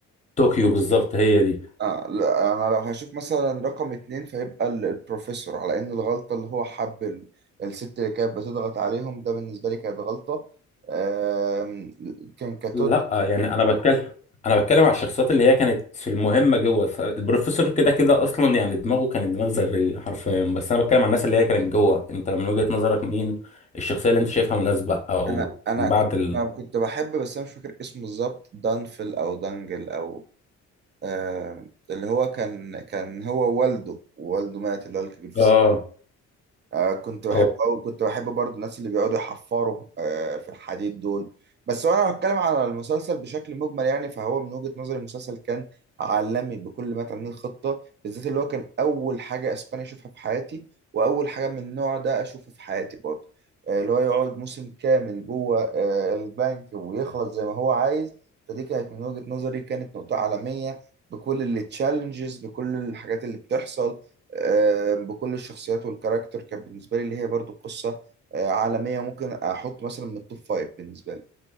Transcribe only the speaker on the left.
طوكيو بالظبط هي دي
لا يعني انا بتكلم انا بتكلم على الشخصيات اللي هي كانت في المهمه جوه البروفيسور كده كده اصلا يعني دماغه كانت دماغ ذريه حرفيا بس انا بتكلم على الناس اللي هي كانت جوه انت من وجهه نظرك مين الشخصيه اللي انت شايفها مناسبه او
بعد
اه
هو